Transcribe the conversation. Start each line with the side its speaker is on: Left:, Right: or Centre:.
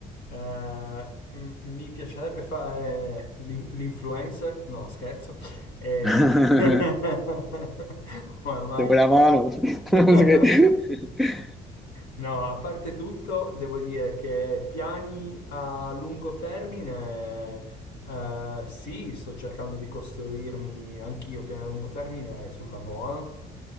Left: eh, m- mi piacerebbe fare l'in- l'influencer, no, scherzo. Eh,
Centre: <laughs> Se
Left: <laughs> Oramai.
Centre: vuoi la mano.
Left: <laughs>
Centre: <laughs>
Left: No, a parte tutto, devo dire che piani a lungo termine Eh, sì, sto cercando di costruirmi anch'io piani a lungo termine sul lavoro,